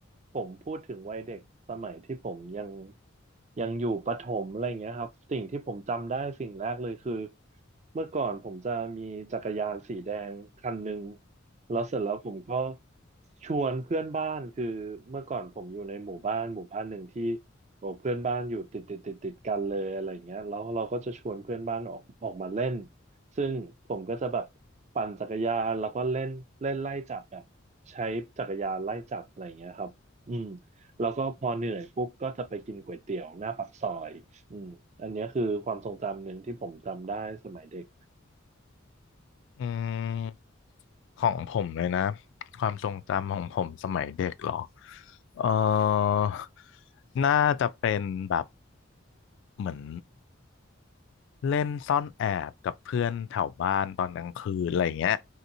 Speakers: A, on the right; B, on the left.
A: ผมพูดถึงวัยเด็กสมัยที่ผมยังยังอยู่ประถมอะไรอย่างเงี้ยครับสิ่งที่ผมจำได้สิ่งแรกเลยคือเมื่อก่อนผมจะมีจักรยานสีแดงคันหนึ่งแล้วเสร็จแล้วผมก็ชวนเพื่อนบ้านคือเมื่อก่อนผมอยู่ในหมู่บ้านหมู่บ้านหนึ่งที่โอ้เพื่อนบ้านอยู่ติดติดติดติดกันเลยอะไรอย่างเงี้ยแล้วเราก็จะชวนเพื่อนบ้านออกออกมาเล่น ซึ่งผมก็จะแบบปั่นจักรยานแล้วก็เล่นเล่นไล่จับแบบใช้จักรยานไล่จับอะไรอย่างเงี้ยครับอืมแล้วก็พอเหนื่อยปุ๊บก็จะไปกินก๋วยเตี๋ยวหน้าปากซอยอืมอันเนี้ยคือความทรงจำหนึ่งที่ผมจำได้สมัยเด็ก
B: อืมของผมเลยนะความทรงจำของผมสมัยเด็กเหรอเออน่าจะเป็นแบบเหมือนเล่นซ่อนแอบกับเพื่อนแถวบ้านตอนกลางคืนอะไรอย่างเงี้ย